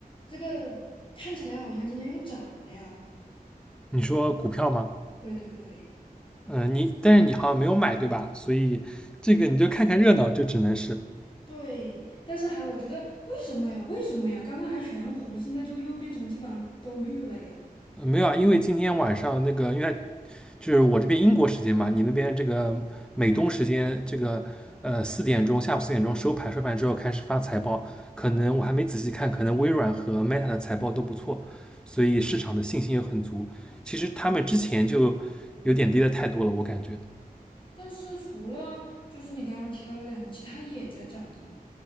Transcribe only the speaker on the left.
这个看起来好像今天又涨了呀。
对对对
对，但是还我觉得为什么呀？为什么呀？刚刚还全红，现在就又变成基本上都绿了呀。
下，
但是除了就是你刚刚提到的两个，其他也在涨啊。